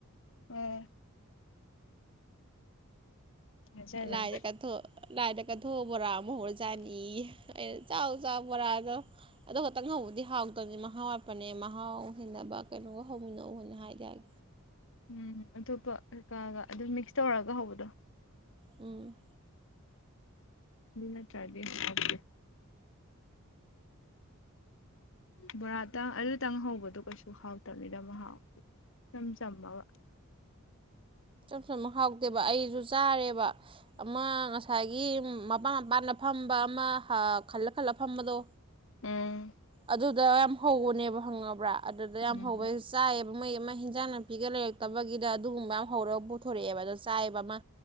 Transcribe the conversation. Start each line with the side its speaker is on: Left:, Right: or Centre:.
Left: ꯎꯝ ꯊꯥꯖꯖꯅꯤ
Right: ꯂꯥꯏꯗ ꯀꯠꯊꯣ ꯂꯥꯏꯗ ꯀꯠꯊꯣꯛꯑ ꯕꯣꯔꯥ ꯑꯃꯨꯛ ꯍꯧꯔ ꯆꯥꯅꯤꯌꯦ ꯑꯩꯅ ꯆꯥꯎ ꯆꯥꯎ ꯕꯣꯔꯥꯗꯣ ꯑꯗꯨ ꯈꯇꯪ ꯍꯧꯕꯗꯤ ꯍꯥꯎꯇꯝꯅꯦ ꯃꯍꯥꯎ ꯋꯥꯠꯄꯅꯦ ꯃꯍꯥꯎ ꯍꯦꯟꯅꯕ ꯀꯩꯅꯣꯒ ꯍꯧꯃꯤꯟꯅꯧꯅ ꯍꯥꯏꯗꯤ ꯍꯥꯏ
Left: ꯎꯝ ꯑꯗꯨꯒ ꯀꯩꯀꯥꯒ ꯑꯗꯨꯝ ꯃꯤꯛꯁ ꯇꯧꯔꯒ ꯍꯧꯕꯗꯣ
Right: ꯎꯝ
Left: ꯑꯗꯨ ꯅꯠꯇꯔꯗꯤ ꯍꯥꯎꯇꯦ ꯕꯣꯔꯥꯇꯪ ꯑꯗꯨꯇꯪ ꯍꯧꯕꯗꯣ ꯀꯩꯁꯨ ꯍꯥꯎꯇꯝꯅꯤꯗ ꯃꯍꯥꯎ ꯏꯆꯝ ꯆꯝꯃꯒ
Right: ꯆꯝ ꯆꯝꯃ ꯍꯥꯎꯇꯦꯕ ꯑꯩꯁꯨ ꯆꯥꯔꯦꯕ ꯑꯃ ꯉꯁꯥꯏꯒꯤ ꯃꯄꯥꯟ ꯃꯄꯥꯟꯗ ꯐꯝꯕ ꯑꯃ ꯑꯥ ꯈꯜꯂ ꯈꯜꯂ ꯐꯝꯕꯗꯣ
Left: ꯎꯝ
Right: ꯑꯗꯨ ꯗ ꯌꯥꯝ ꯍꯧꯕꯅꯦꯕ ꯈꯪꯉꯕꯔꯥ ꯑꯗꯨꯗ ꯌꯥꯝ
Left: ꯎꯝ
Right: ꯍꯧꯕꯩ ꯆꯥꯏꯑꯦꯕ ꯃꯣꯏꯒꯤ ꯑꯃ ꯍꯤꯡꯖꯥꯡ ꯅꯥꯄꯤꯒ ꯂꯩꯔꯛ ꯇꯕꯒꯤꯗ ꯑꯗꯨꯒꯨꯝꯕ ꯍꯧꯔꯒ ꯄꯨꯊꯣꯔꯛꯑꯦꯕ ꯑꯗꯣ ꯆꯥꯏꯑꯦꯕ ꯑꯃ